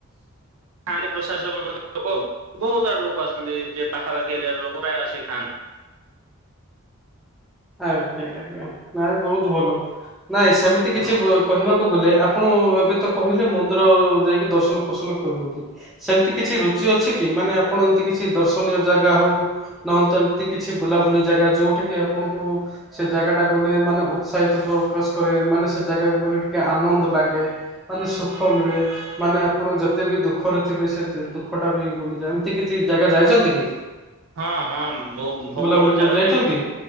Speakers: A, on the right; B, in the centre.
A: ଗାଁ ରେ ପ୍ରଶାଦ ସେବନ କରନ୍ତି ଲୋକ ଆଉ। ବହୁତ ଆଡୁ ଲୋକ ଆସନ୍ତି ଯେ ପାଖାପାଖି ଏରିଆ ର ଲୋକ ପ୍ରାୟ ଆସିକି ଖାଆନ୍ତି।
B: ଆଜ୍ଞା ଆଜ୍ଞା ନାଇଁ ବହୁତ ଭଲ। ନାଇଁ ସେମିତି କିଛି
A: ହଁ।
B: ବ କହିବାକୁ ଗଲେ ଆପଣ ଏବେ ତ କହିଲେ ମନ୍ଦିର ଯାଇକି ଦର୍ଶନ ଫସନ କରୁଚନ୍ତି। ସେମତି କିଛି ରୁଚି ଅଛି କି? ମାନେ ଆପ ଆପଣ ଏମତି କିଛି ଦର୍ଶନୀୟ ଜାଗା ହୋଉ, ନହେଲେ ତ ଏମତି କିଛି ବୁଲାବୁଲି ଜାଗା, ଯୋଉଠି କିି ଆପ ଆପଣ କୁ ସେ ଜାଗା ଟା କୁ ଗଲେ ମାନେ ଉତ୍ସାହିତ ପ୍ରକାଶ କରେ ମାନେ ସେ ଜାଗାକୁ ଗଲେ ଟିକେ ଆନନ୍ଦ ଲାଗେ। ମାନେ ସୁଖ ମିଳେ। ମାନେ ଆପଣ ଯେତେ ବି ଦୁଃଖରେଥିବେ ସେ ଦୁଃଖ ଟା ବି ଗମିଯାଆନ୍ତି ଏମ କିଛି ଜାଗା ଯାଇଚନ୍ତି କି?
A: ହଁ ହଁ ବୋହୁ
B: ବୁଲାବୁଲି
A: ବୋହୁତ
B: କରି
A: ଜାଗା
B: ଯାଇଛନ୍ତି
A: ଯାଇଚି ମୁଁ।